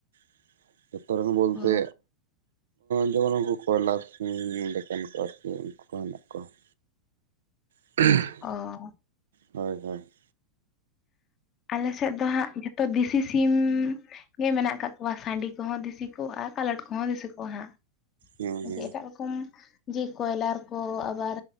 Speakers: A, on the right (about 60°); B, on the left (about 30°).
A: ᱾ ᱡᱷᱚᱛᱚ ᱨᱚᱠᱚᱢ ᱵᱚᱞᱛᱮ
B: ᱚ
A: ᱡᱮᱢᱚᱱ ᱠᱚ ᱠᱚᱭᱞᱟ <inaudible> ᱮᱱᱠᱟ ᱛᱮ ᱩᱱᱠᱩ ᱠᱚ ᱦᱮᱱᱟᱜ ᱠᱚᱣᱟ ᱾ <inaudible>
B: ᱚ
A: ᱦᱩᱭ ᱦᱳᱭ ᱾
B: ᱟᱞᱮ ᱥᱮᱫ ᱫᱚ ᱦᱟᱸᱜ ᱡᱚᱛᱚ ᱫᱤᱥᱤ ᱥᱤᱢ ᱜᱮ ᱢᱮᱱᱟᱜ ᱠᱟᱜ ᱠᱚᱣᱟ᱾ᱥᱟᱺᱰᱤ ᱠᱚᱦᱚᱸ ᱫᱤᱥᱤ ᱠᱚ ᱟᱨ ᱠᱟᱞᱚᱴ ᱠᱚᱦᱚᱸ ᱫᱤᱥᱤ ᱠᱚ ᱦᱟᱸᱜ ᱾
A: ᱦᱩᱸ ᱦᱩᱸ
B: ᱮᱴᱟᱜ ᱨᱚᱠᱚᱢ ᱡᱮ ᱠᱚᱭᱞᱟ ᱨᱮ ᱠᱚ ᱟᱵᱟᱨ